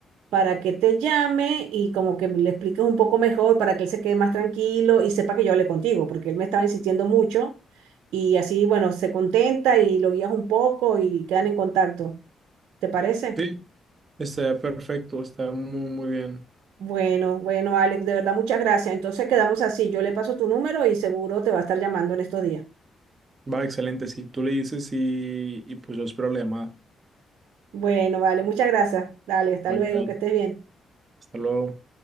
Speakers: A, on the right; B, on the right.
A: para que te llame y como que le expliques un poco mejor para que él se quede más tranquilo y sepa que yo hablé contigo, porque él me estaba insistiendo mucho y así, bueno, se contenta y lo guías un poco y quedan en contacto. ¿Te parece?
B: Sí, está perfecto, está muy, muy bien.
A: Bueno, bueno, Alex, de verdad muchas gracias. Entonces quedamos así. Yo le paso tu número y seguro te va a estar llamando en estos días.
B: Va, excelente, si tú le dices y, y pues yo espero la llamada.
A: Bueno, vale, muchas gracias. Dale, hasta
B: Bye,
A: luego,
B: bye.
A: que estés bien.
B: Hasta luego.